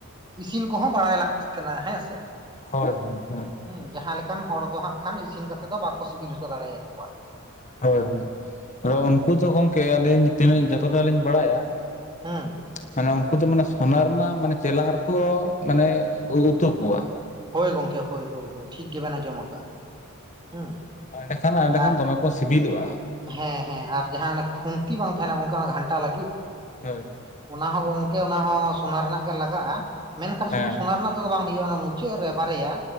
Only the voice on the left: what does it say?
ᱦᱳᱭ ᱦᱩᱸ᱾
ᱦᱳᱭ ᱦᱳᱭ, ᱟᱫᱚ
ᱩᱱᱠᱩ ᱫᱚ ᱜᱚᱢᱠᱮ ᱟᱹᱞᱤᱧ ᱛᱤᱱᱟᱹᱜ ᱡᱚᱛᱚᱴᱟᱞᱤᱧ ᱵᱟᱰᱟᱭᱟ
ᱢᱟᱱᱮ ᱩᱱᱠᱩ ᱫᱚ ᱢᱟᱱᱮ ᱥᱚᱱᱟ ᱨᱮᱱᱟᱜ ᱢᱟᱱᱮ ᱪᱮᱞᱟᱝ ᱨᱮᱠᱚ, ᱢᱟᱱᱮ ᱩᱛᱩ ᱠᱚᱣᱟ᱾
ᱚᱸᱰᱮᱠᱷᱟᱱ ᱚᱸᱰᱮᱠᱷᱟᱱ
ᱫᱚᱢᱮ ᱠᱚ ᱥᱤᱵᱤᱞᱚᱜᱼᱟ,
ᱦᱮᱸ,
ᱦᱮᱸ